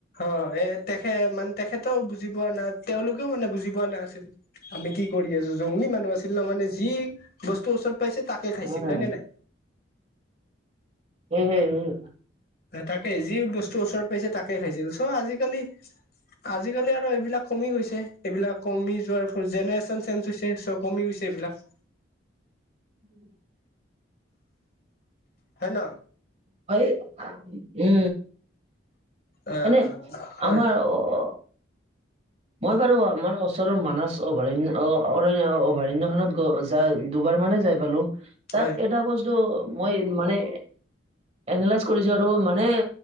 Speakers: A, on the left (about 50°); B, on the right (about 35°).
A: অ', এ তেখেত মানে তেখেতও বুজি পোৱা নাই, তেওঁলোকেও মানে বুজি পোৱা নাছিল। আমি কি কৰি আছো জংগলী মানুহ আছিল ন' মানে যি বস্তু ওচৰত পাইছে তাকে খাইছিল,
B: উম
A: হয় নে নাই।
B: হয়-হয়-হয়।
A: তাকে, যি বস্তুৰ ওচৰত পাইছে তাকে খাইছিল। চ' আজিকালি- আজিকালি আৰু এইবিলাক কমি গৈছে, এইবিলাক কমি যোৱাৰ ফলত জেনেৰেচন চেঞ্জ হৈছে চব। কমি গৈছে এইবিলাক।
B: <unintelligible>
A: হয় ন
B: হয়, উমঁ।
A: অ
B: এনেই
A: হয়
B: আমাৰ অ', মই বাৰু আমাৰ ওচৰৰ মানস অভয়াৰণ্য অ', <unintelligible> খনত গৈ য দুবাৰ মানে যাই পালো,
A: হয়
B: তাত এটা বস্তু মই মানে এনালাইজ কৰিছো আৰু মানে